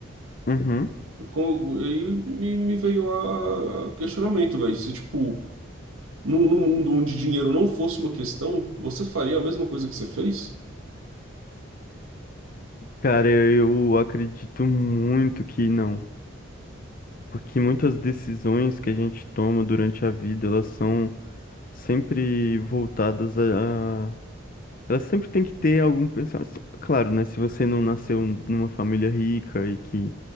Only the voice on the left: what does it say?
Uhum.
Cara, eu acredito muito que não, porque muitas decisões que a gente toma durante a vida, elas são sempre voltadas a... a- Elas sempre têm que ter algum pensamento. Claro, né? Se você não nasceu numa família rica e que,